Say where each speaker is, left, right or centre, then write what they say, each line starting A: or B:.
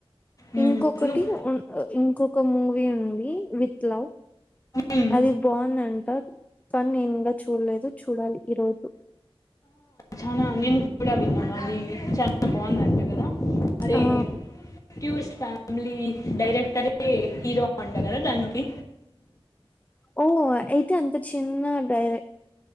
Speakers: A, on the left; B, on the left.
A: మ్మ్.
B: ఇంకొకటి
A: ను-
B: ఇంకొక మూవీ ఉంది. ఇ విత్ హలో
A: మ్మ్.
B: అది బావుందంట కానీ నేను ఇంకా చూడలేదు చూడాలి. ఈరోజు
A: చానా నేను కూడా విన్నాను. అది చానా బాగుంది అంట కదా. అరే
B: ఆ
A: టూస్ట్ ఫ్యా ఫ్యామిలీ డైరెక్టరే హీరో ఉంట కదా దానికి
B: ఓ అయితే అంత చిన్న డైరె